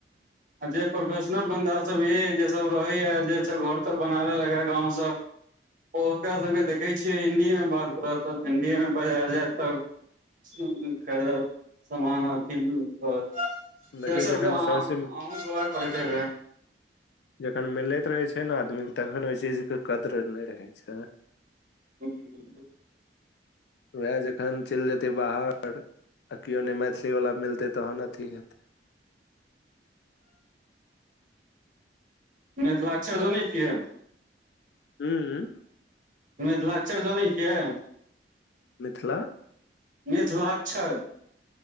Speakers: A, on the right; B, on the left.
A: जे प्रोफेशनल बांदा सब यै सब रहे ह जे सब घर तर बना ले लगे ह गाँंव से ओ- ओकरा सबके देखै छियै हिन्दी में बात करतऽ हिन्दी मे बाजार जायत तब खरीदत सामान अथी करत
B: देखियौ
A: से सब
B: जखन
A: तऽ अंहू
B: सरसँ
A: गऽर करैत हेबै।
B: जखन मिलैत रहे छै ने आदमीे तखन ओहि चीज के कदर नहि रहे छै।
A: जी।
B: उएह जखन चलि जेतै बाहर, आ केओ नहि मैथिली वाला मिलतै तहन अथी हेतै।
A: मिथिलाक्षर जानै छियै?
B: हूंउउ।
A: मिथिलाक्षर जनैत छियै?
B: मिथिला?
A: मिथिलाक्षर।